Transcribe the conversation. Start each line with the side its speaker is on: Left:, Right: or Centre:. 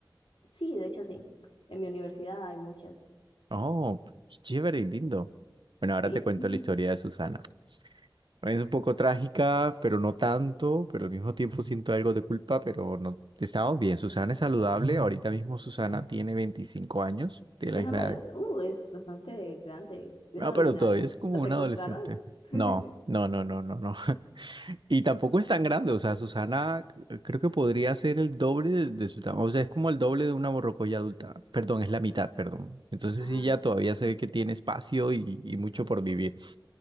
Left: Sí, de hecho sí. En mi universidad hay muchas.
Right: Oh, qué chévere y lindo. Bueno,
Left: Sí.
Right: ahora te cuento
Left: <laughs>
Right: la historia de Susana. Es un poco trágica, pero no tanto, pero al mismo tiempo siento algo de culpa, pero no estamos bien. Susana es saludable, ahorita mismo Susana tiene 25 años, tiene
Left: Déjame,
Right: la misma edad.
Left: adi- uh, es bastante grande. Déjame
Right: No, pero
Left: adivinar.
Right: todavía es como
Left: ¿La
Right: una
Left: secuestraron?
Right: adolescente.
Left: <laughs>
Right: No, no, no, no, no, no. <laughs> Y tampoco es tan grande, o sea, Susana eh, creo que podría ser el doble de, de su tamaño, o sea, es como el doble de una borrocoya adulta. Perdón, es la mitad, perdón. Entonces
Left: Ah,
Right: sí, ya todavía se ve que tiene espacio y, y mucho por vivir.